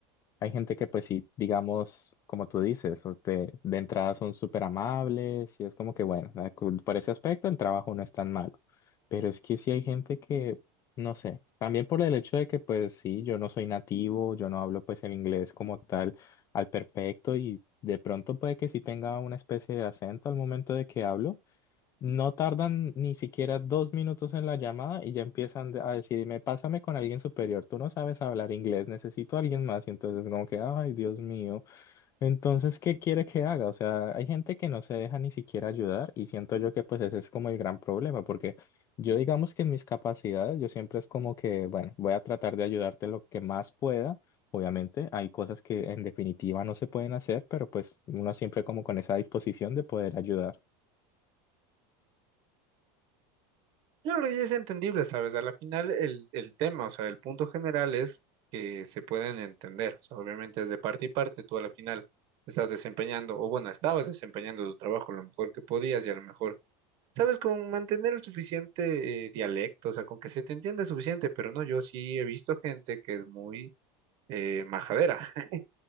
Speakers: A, on the left; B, on the right.
A: hay gente que, pues sí, digamos, como tú dices, o te- de entrada son súper amables y es como que, bueno, da- cu- por ese aspecto el trabajo no es tan malo. Pero es que sí hay gente que, no sé, también por el hecho de que, pues sí, yo no soy nativo, yo no hablo pues el inglés como tal al perfecto y de pronto puede que sí tenga una especie de acento al momento de que hablo. No tardan ni siquiera dos minutos en la llamada y ya empiezan de- a decirme, pásame con alguien superior, tú no sabes hablar inglés, necesito a alguien más. Y entonces como que, ay, Dios mío, entonces, ¿qué quiere que haga? O sea, hay gente que no se deja ni siquiera ayudar y siento yo que pues ese es como el gran problema, porque yo digamos que en mis capacidades, yo siempre es como que, bueno, voy a tratar de ayudarte lo que más pueda. Obviamente hay cosas que en definitiva no se pueden hacer, pero pues uno siempre como con esa disposición de poder ayudar.
B: Claro, y es entendible, ¿sabes? A la final el, el tema, o sea, el punto general es que se pueden entender. O sea, obviamente es de parte y parte, tú a la final estás desempeñando, o bueno, estabas desempeñando tu trabajo lo mejor que podías y a lo mejor, ¿sabes? Con mantener el suficiente eh, dialecto, o sea, con que se te entienda suficiente, pero no, yo sí he visto gente que es muy eh, majadera, <laughs>